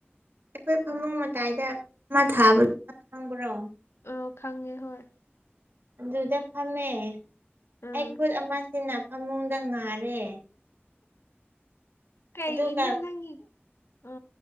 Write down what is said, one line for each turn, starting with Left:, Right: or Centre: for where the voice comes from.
Right: ꯑꯩꯈꯣꯏ ꯐꯝꯅꯨꯡ ꯃꯇꯥꯏꯗ ꯑꯃ ꯊꯥꯕꯗ ꯈꯪꯕ꯭ꯔꯣ
Left: ꯑ ꯈꯪꯉꯦ ꯍꯣꯏ
Right: ꯑꯗꯨꯗ ꯐꯝꯃꯦ
Left: ꯎꯝ
Right: ꯑꯩ ꯈꯨꯠ ꯑꯃꯁꯤꯅ ꯐꯃꯨꯡꯗ ꯉꯥꯔꯦ
Left: ꯀꯩꯒꯤꯅꯣ
Right: ꯑꯗꯨꯒ
Left: ꯅꯪꯒꯤ ꯎ